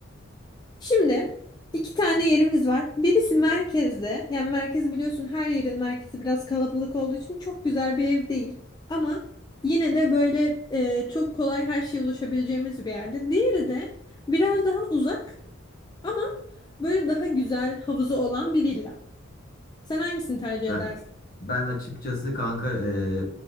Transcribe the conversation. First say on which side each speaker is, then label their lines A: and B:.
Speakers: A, on the left; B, on the left.
A: Şimdi iki tane yerimiz var. Birisi merkezde. Yani merkez biliyorsun her yerin merkezi biraz kalabalık olduğu için çok güzel bir ev değil. Ama yine de böyle e, çok kolay her şeye ulaşabileceğimiz bir yerde. Diğeri de biraz daha uzak ama böyle daha güzel havuzu olan bir villa. Sen hangisini tercih
B: Ben
A: edersin?
B: ben açıkçası kanka e,